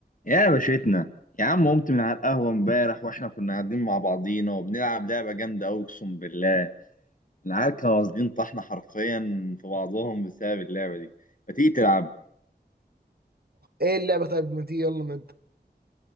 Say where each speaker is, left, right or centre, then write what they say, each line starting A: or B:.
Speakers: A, on the left; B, on the right.
A: يا باشتنا يا عم قمت من على القهوة امبارح واحنا كنا قاعدين مع بعضينا وبنلعب لعبة جامدة أوي أقسم بالله العيال كانوا واصلين طحنا حرفيا في بعضهم بسبب اللعبة دي ما تيجي تلعب
B: ايه اللعبة طيب ما تيجي يلا نبدأ